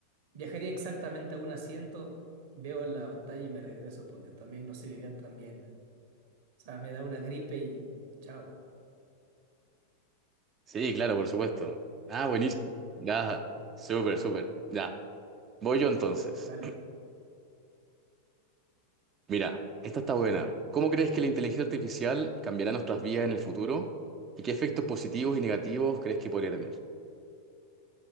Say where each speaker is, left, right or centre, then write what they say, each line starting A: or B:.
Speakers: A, on the right (about 50°); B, on the right (about 30°).
A: viajaría exactamente a un asiento, veo la batalla y me regreso, porque también no se vivía tan bien. O sea, me da una gripe y chao,
B: sí, claro, por supuesto. Ah, buenísimo. Ya, súper, súper. Ya. Voy yo entonces.
A: dale.
B: <clears throat> Mira, esta está buena. ¿Cómo crees que la inteligencia artificial cambiará nuestras vidas en el futuro? ¿Y qué efectos positivos y negativos crees que podría tener?